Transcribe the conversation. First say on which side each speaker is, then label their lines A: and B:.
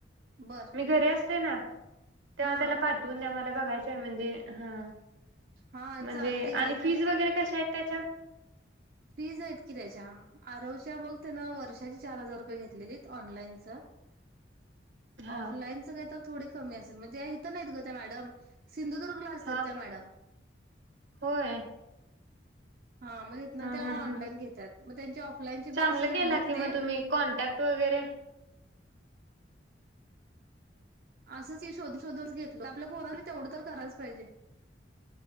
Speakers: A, on the right (about 50°); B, on the right (about 80°).
A: बर
B: मी घरी असते ना तेव्हा
A: हा.
B: त्याला पाठ. तून आम्हाला बघायचं आहे म्हणजे हा.
A: हा
B: म्हणजे
A: चालते की
B: आणि
A: त्या
B: फीज वगैरे कशा आहेत त्याच्या.
A: फीज आहेत की त्याच्या. आरवश मग त्यान वर्षाची चार हजार रुपये घेतलेली ऑनलाईनच.
B: हा
A: ऑफलाईनच काही तर थोडी कमी असेल म्हणजे इथं नाहीत ग त्या मॅडम. सिंधुदुर्ग ला असतात
B: हा
A: त्या मॅडम.
B: होय.
A: हा मग तथ
B: हं
A: ना ते
B: हं
A: ऑनलाईन
B: हं
A: घेतात मग त्यांची ऑफलाईनची
B: चांगलं
A: बॅस झाली
B: केला
A: की
B: मग
A: नाही.
B: तुम्ही कॉन्टॅक्ट वगैरे.
A: असंच की शोधून शोधूनच घेतल आपल्या बोलणार तेवढं तर करायच पाहिजे.